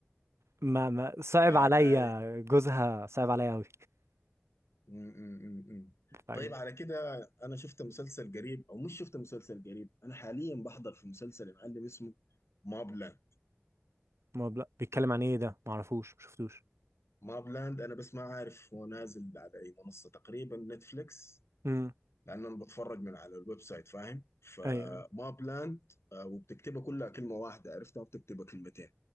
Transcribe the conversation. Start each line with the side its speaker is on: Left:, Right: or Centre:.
Right: ما ما صعب
Left: آه،
Right: عليا جوزها صعب عليا قوي
Left: م- م- م- م.
Right: طيب،
Left: طيب على كده انا شفت مسلسل قريب او مش شفت مسلسل قريب انا حاليا بحضر في مسلسل يا معلم اسمه ماب لاند
Right: ما بلا بيتكلم عن ايه ده ما اعرفوش ما شفتوش
Left: ماب لاند انا بس ما عارف هو نازل على اي منصة تقريبا نتفليكس
Right: امم
Left: لان انا بتفرج من على الويب سايت فاهم فماب
Right: ايوه ايوه
Left: لاند آه، وبتكتبها كلها كلمة واحدة عرفتها وبتكتبها كلمتين